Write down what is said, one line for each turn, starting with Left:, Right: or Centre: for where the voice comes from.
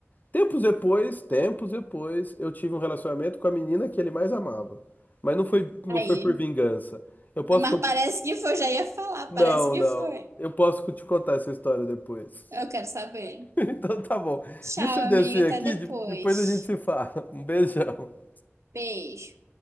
Left: Tempos depois, tempos depois, eu tive um relacionamento com a menina que ele mais amava. Mas não foi, não
Right: Aí.
Left: foi por vingança. Eu posso.
Right: Mas
Left: con-
Right: parece que foi, já ia falar,
Left: Não,
Right: parece que
Left: não.
Right: foi.
Left: Eu posso te contar essa história depois.
Right: Eu quero saber.
Left: <laughs> Então tá bom.
Right: Tchau,
Left: Deixa eu descer
Right: amiga, até
Left: aqui,
Right: depois.
Left: de- depois a gente se fala. Um beijão.
Right: Beijo.